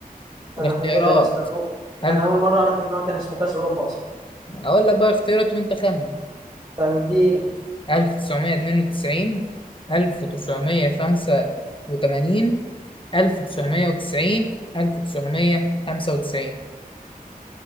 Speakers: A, on the right (about 30°); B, on the left (about 35°).
A: انا
B: الاختيارات
A: ايه ده يا اسطى أنا أول-
B: ألف
A: انا اول مره اعرف ان هو كان اسمه كاس اوروبا اصلا
B: أقول لك بقى اختيارات وأنت خمن
A: طب اديني
B: 1992 1985 1990 1995